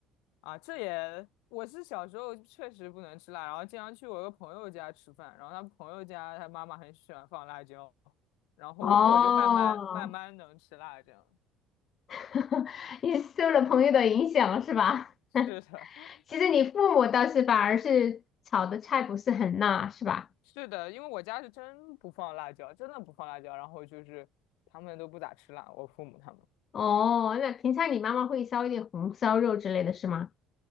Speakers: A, on the left; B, on the left.
A: 啊，这也我是小时候确实不能吃辣，然后经常去我一个朋友家吃饭，然后他朋友家他妈妈很喜欢放辣椒，然后我就慢慢慢慢能吃辣这样。
B: 哦，<laughs> 你受了朋友的影响是吧？
A: 是的，<laughs>
B: 其实你父母倒是反而是炒的菜不是很辣，是吧？
A: 是的，因为我家是真不放辣椒，真的不放辣椒，然后就是他们都不咋吃辣，我父母他们，
B: 哦，那平常你妈妈会烧一点红烧肉之类的是吗？